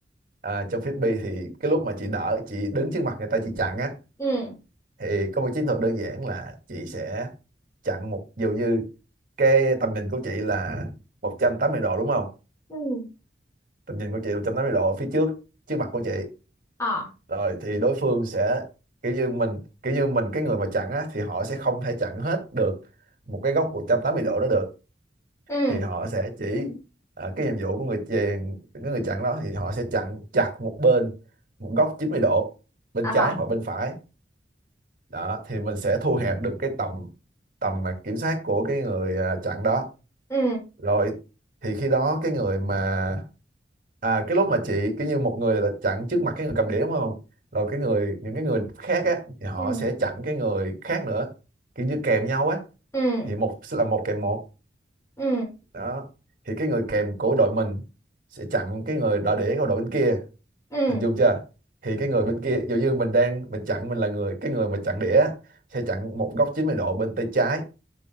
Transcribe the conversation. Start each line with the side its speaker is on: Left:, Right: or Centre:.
Right: à, trong frisbee thì cái lúc mà chị đỡ chị đứng trước mặt người ta chị chặn á
Left: Ừ.
Right: thì có một chiến thuật đơn giản là chị sẽ chặn một ví dụ như cái tầm nhìn của chị là 180 độ đúng không
Left: Ừ.
Right: tầm nhìn của chị là 180 độ ở phía trước trước mặt của chị
Left: Ờ.
Right: rồi thì đối phương sẽ kiểu như mình kiểu như mình cái người mà chặn á thì họ sẽ không thể chặn hết được một cái góc 180 độ đó được
Left: Ừ.
Right: thì họ sẽ chỉ ờ, cái nhiệm vụ của người chèn cái người chặn đó thì họ sẽ chặn chặt một bên một góc 90 độ bên
Left: Ờ.
Right: trái hoặc bên phải đó thì mình sẽ thu hẹp được cái tầm tầm mà kiểm soát của cái người ờ, chặn đó
Left: Ừ.
Right: rồi thì khi đó cái người mà à, cái lúc mà chị cái như một người là chặn trước mặt cái người cầm đĩa đúng không rồi cái người những cái người khác á thì họ
Left: Ừ.
Right: sẽ chặn cái người khác nữa kiểu như kèm nhau á
Left: Ừ.
Right: thì một sẽ là một kèm một
Left: Ừ.
Right: đó thì cái người kèm của đội mình sẽ chặn cái người đòi đĩa của đội bên kia
Left: Ừ.
Right: hình dung chưa thì cái người bên kia dụ như mình đang mình chặn mình là người cái người mà chặn đĩa sẽ chặn một góc 90 độ bên tay trái